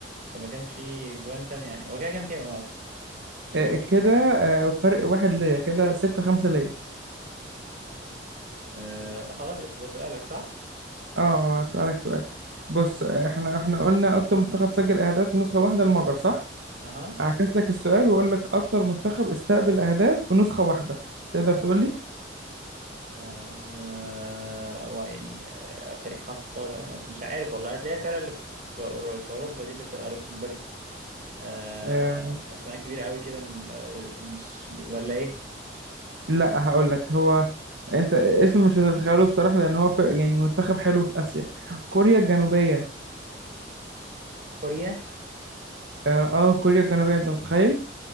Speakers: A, on the right; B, on the right.
A: فما كانش في جوان تاني يعني هو كده كام كام اصلا
B: آه كده آه فرق واحد ليا كده ستة خمسة ليا
A: آه خلاص ايش ده سؤالك صح
B: اه آه، هسألك سؤال بص آه، احنا احنا قلنا اكتر منتخب سجل اهداف في نسخة واحدة المجر صح
A: اها
B: اعكس لك السؤال واقول لك اكتر منتخب استقبل اهداف في نسخة واحدة تقدر تقول لي
A: آه هو يعني آه، فريق حصالة انا مش عارف والله هتلاقي الفرقة اللي في في أورو- في اوروبا دي اللي بتبقى لوكسمبورج آه،
B: آه.
A: اسماء كبيرة قوي كده م- آه، مش ولا ايه
B: لا هقول لك هو انت اسمه مش هتتخيله بصراحة لان هو في يعني منتخب حلو في اسيا كوريا الجنوبية
A: كوريا
B: اه آه، كوريا الجنوبية انت متخيل